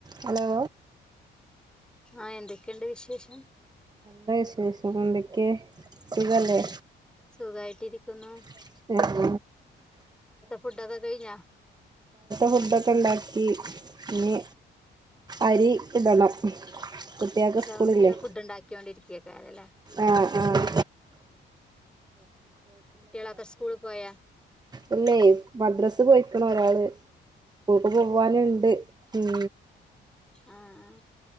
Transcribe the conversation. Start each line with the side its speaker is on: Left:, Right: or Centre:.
Right: Hello
Centre: ആ എന്തൊക്കെയുണ്ട് വിശേഷം
Right: ല്ലവിശേഷം എന്തെക്കെ സുഖല്ലേ
Centre: സുഖായിട്ട് ഇരി ക്ന്നു
Right: <inaudible> ഇന്നത്തെ
Centre: ഫുഡൊക്കെ കഴിഞ്ഞാ
Right: ഫുഡൊക്കെ ഉണ്ടാക്കി പിന്നെ അരി ഇടണം കുട്ടികൾക്ക്
Centre: ഉച്ചകേക്ക്ള്ള
Right: സ്കൂളില്ലേ
Centre: ഫുഡ് ഉണ്ടാക്ക്യോ ണ്ടിരിക്കക്കൊലല്ലേ
Right: ആഹ് ആഹ്
Centre: കുട്ടികളൊക്കെ സ്കൂള് പോയാ
Right: ഇല്ലെ മദ്രസ് പോയിക്ക്ണ് ഒരാള് സ്ക്കൂൾക്ക് പോവാനുണ്ട് ഉം
Centre: ആ ആ